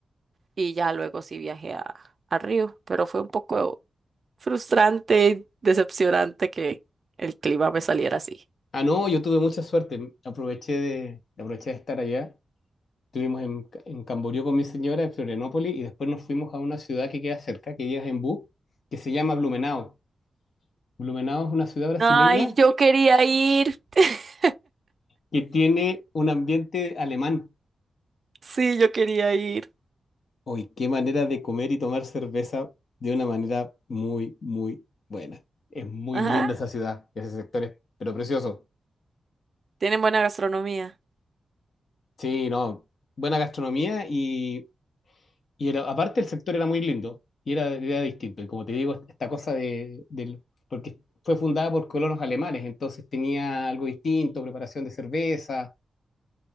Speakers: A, on the right (about 40°); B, on the left (about 60°).
A: Y ya luego sí viajé a, a Río, pero fue un poco frustrante y decepcionante que el clima me saliera así.
B: Ah, no, yo tuve mucha suerte. Aproveché de, aproveché de estar allá. Estuvimos en, en Camboriú con mi señora, en Florianópolis, y después nos fuimos a una ciudad que queda cerca, que ya es en bus, que se llama Blumenau. Blumenau es una ciudad brasileña
A: Ay, yo quería ir. <laughs>
B: que tiene un ambiente alemán.
A: Sí, yo quería ir.
B: Hoy, qué manera de comer y tomar cerveza de una manera muy, muy buena. Es muy
A: Ajá.
B: linda esa ciudad, ese sector es, pero precioso.
A: Tienen buena gastronomía.
B: Sí, no, buena gastronomía y Y era- aparte el sector era muy lindo y era, era distinto. Y como te digo, esta cosa de, del, porque fue fundada por colonos alemanes, entonces tenía algo distinto, preparación de cerveza,